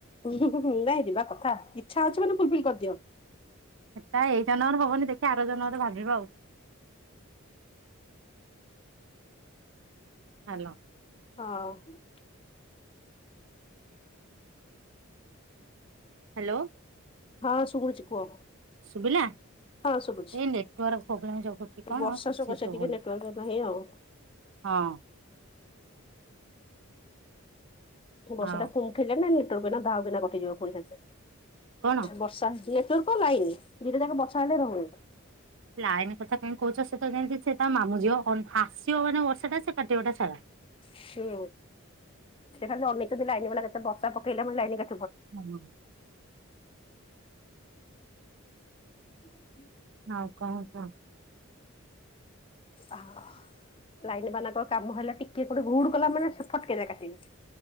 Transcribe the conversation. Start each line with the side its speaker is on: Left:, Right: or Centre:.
Left: ହୁଁ ହୁଁ ନାଇଁ ଯିବା କଥା ଇଛା ଅଛି ମାନେ ଫୁଲଫିଲ୍ କରିଦିଅ।
Right: ସେଟା ଏଇ ଜନ୍ମରେ ହବନି ଦେଖେବ ଆର ଜନ୍ମରେ ଭାବିବ ଆଉ। ଆଲୋ।
Left: ହ ହୁ।
Right: ହାଲୋ।
Left: ହଁ ଶୁଭୂଛି କୁହ?
Right: ଶୁଭିଲା?
Left: ହଁ ଶୁଭୁଛି।
Right: ଏଇ ନେଟୱାର୍କ ପ୍ରୋବ୍ଲେମ ଯଗୁ କି କଣ
Left: ବର୍ଷା
Right: କିଛି
Left: ସକାଶେ
Right: ଶୁବୁନି।
Left: ଟିକେ ନେଟୱାର୍କ ନାହିଁ ଆଉ।
Right: ହଁ।
Left: ବର୍ଷାଟା
Right: ହଁ
Left: ପୁଣିଉଠେଲେ ନା ନେଟୁଆର୍କ ଦାହା କଟିଯିବ ଫୁଣି ସାଗେ ସାଗେ।
Right: କଣ
Left: ବର୍ଷା ନେଟୱର୍କ, ଲାଇନ୍ ଦିଇଟା ଯାଙ୍କ ବର୍ଷା ହେଲେ ରୋହୁନି।
Right: ଲାଇନ କଥା କାଇଁ କୋହୁଚ ସିଏତ ଯେମିତି ସେ ତା ମାମୁ ଝିଅ ଅ ଆସିବ ମାନେ ବର୍ଷାଟା ସେ କାଟିବାଟା ସାରା।
Left: ହୁଁ ସିଏ ଖାଲି ଅନେଚନ୍ତି ଲାଇନ ବାଲା କେତେ ବର୍ଷା ପକେଇଲା ମାନେ ଲାଇନ କା
Right: <unintelligible>
Left: <inaudible>
Right: ଆଉ କଣ ସ
Left: ଆହ ଲାଇନ ମାନଙ୍କ କାମ ହେଲା ଟିକେ କୋଉଠି ଘୁଡ କଲା ମାନେ ଫଟ କିନା କାଟିବେ।